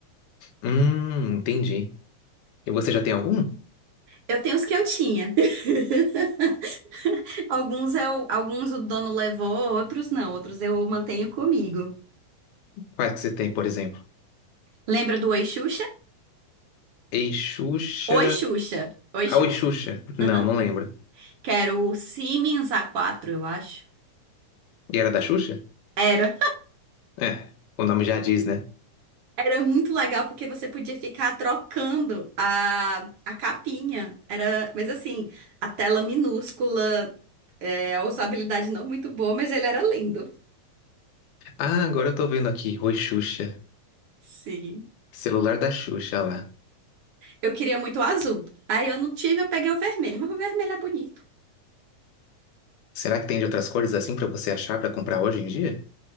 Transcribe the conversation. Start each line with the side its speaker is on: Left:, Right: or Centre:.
Left: Hum, entendi. E você já tem algum?
Right: Eu tenho os que eu tinha. <laughs> Alguns eu, alguns o dono levou, outros não, outros eu mantenho comigo.
Left: Quais que você tem, por exemplo?
Right: Lembra do Oi Xuxa?
Left: Ei, Xuxa...
Right: Oi Xuxa. Oi
Left: Ah,
Right: Xuxa.
Left: Oi, Xuxa. Não,
Right: Aham.
Left: não lembro.
Right: Que era o Siemens a quatro, eu acho.
Left: E era da Xuxa?
Right: Era.
Left: É, o nome já diz, né?
Right: Era muito legal porque você podia ficar trocando a, a capinha. Era, mas assim, a tela minúscula, é, a usabilidade não muito boa, mas ele era lindo.
Left: Ah, agora eu tô vendo aqui. Oi, Xuxa.
Right: Sim.
Left: Celular da Xuxa olha lá.
Right: Eu queria muito o azul. Aí eu não tive, eu peguei o vermelho, mas o vermelho é bonito.
Left: Será que tem de outras cores assim pra você achar pra comprar hoje em dia?